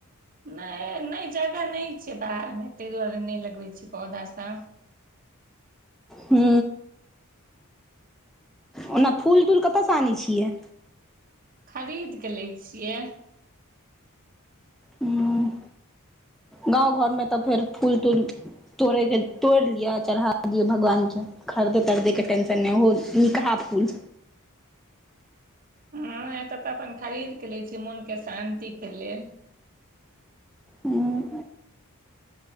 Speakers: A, on the right; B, in the centre.
A: नय- नई जगह नइ छै बाहर मे तइ दुआरे नै लगबै छियै पौधा सब,
B: हु ओना फूल तूल कतय सँ आनै छियै।
A: खरीदके लै छियै
B: हु गाँव घरमे तऽ फेर फूल तूल तोड़ैके तोड़ि लिअ आ चढ़ा दि भगवान के खरिदे तरदै के टेन्शन नै हो नीकहाँ फूल।
A: हँ एतऽ तऽ अपन खरीद के ले छी मोन के शान्तिक के लेल,
B: हूँ